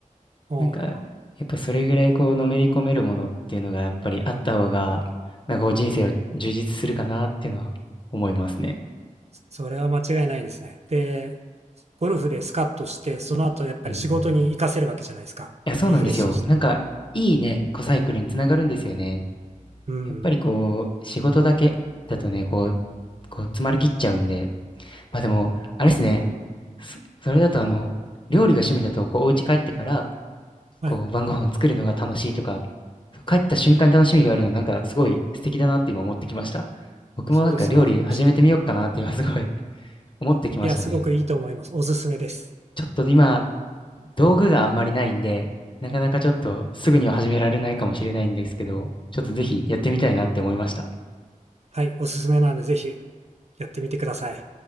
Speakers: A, on the right (about 50°); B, on the left (about 35°).
A: おー、
B: なんか、やっぱそれぐらいこうのめり込めるものっていうのがやっぱりあった方が、なんかこう人生を充実するかなっていうのは思いますね。
A: それは間違いないですね。で、ゴルフでスカッとして、その後やっぱり仕事に活かせるわけじゃないですか。
B: うん。いや、そうなんですよ。
A: リフレッシュして。
B: なんか、いいね、コサイクルにつながるんですよね。
A: うん。
B: やっぱりこう、仕事だけだとね、こう、こう詰まりきっちゃうんで、まあでも、あれですね。そ、それだとあの、料理が趣味だと、こう、お家帰ってから、
A: はい。
B: こう、晩ご飯を作るのが楽しいとか、帰った瞬間に楽しみがあるの、なんかすごい素敵だなって今思ってきました。僕もなんか料理始めてみようかなって今すごい
A: そうですね。あの、い
B: <laughs> 思ってきましたね。
A: や、すごくいいと思います。おすすめです。
B: ちょっと今、道具があんまりないんで、なかなかちょっとすぐには始められないかもしれないんですけど、ちょっとぜひやってみたいなって思いました。
A: はい。おすすめなんで、ぜひやってみてください。